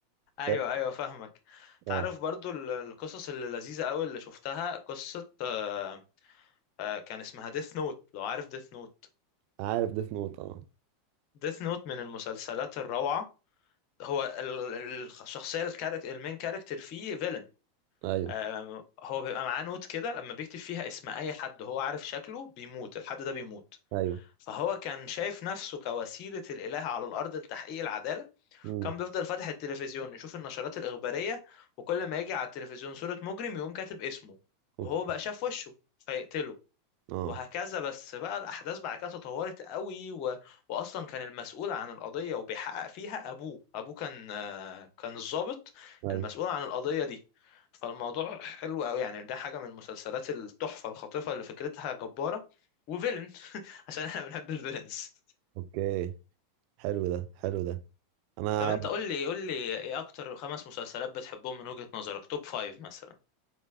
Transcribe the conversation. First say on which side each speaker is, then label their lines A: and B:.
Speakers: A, on the left; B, on the right.
A: ايوه
B: فاهم
A: ايوه فاهمك
B: اه
A: تعرف برضو ال- القصص اللي لذيذه قوي اللي شفتها قصه آه، آه، كان اسمها ديث نوت لو عارف ديث نوت
B: عارف ديث نوت اه
A: ديث نوت من المسلسلات الروعة هو ال- ال- الشخصية الكاركتر المين كاركتر فيه فيلن
B: ايوه
A: آم، هو بيبقى معاه نوت كده لما بيكتب فيها اسم أي حد هو عارف شكله بيموت الحد ده بيموت
B: ايوه
A: فهو كان شايف نفسه كوسيلة الإله على الأرض لتحقيق العدالة
B: امم
A: كان بيفضل فاتح التلفزيون يشوف النشرات الإخبارية وكل ما يجي على التلفزيون صورة مجرم يقوم كاتب اسمه
B: اوكي
A: وهو بقى شاف وشه فيقتله
B: اه
A: وهكذا بس بقى الأحداث بعد كده تطورت قوي و... وأصلا كان المسؤول عن القضية وبيحقق فيها أبوه أبوه كان آه، كان الضابط
B: ايوه
A: المسؤول عن القضية دي فالموضوع حلو قوي يعني ده حاجة من مسلسلات التحفة الخاطفة اللي فكرتها جبارة وفيلن عشان احنا بنحب الفيلنز
B: اوكي حلو ده حلو ده انا
A: طب انت قول لي قول لي ايه اكتر خمس مسلسلات بتحبهم من وجهة نظرك توب فايف مثلا